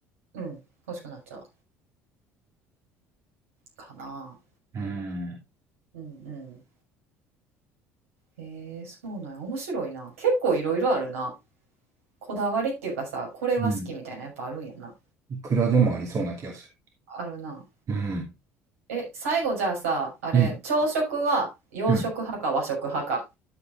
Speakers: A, on the right; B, on the right.
A: うん。欲しくなっちゃう。かな。
B: うん。
A: うんうん。へえ、そうなんや。面白いな。結構いろいろあるな。こだわりっていうかさ、これは好きみたいなやっぱあるんやな。
B: うん。いくらでもありそうな気がする。
A: あるな。
B: うん。
A: え、最後じゃあさ、あれ、
B: うん。
A: 朝食は洋食派か和食派か。
B: うん。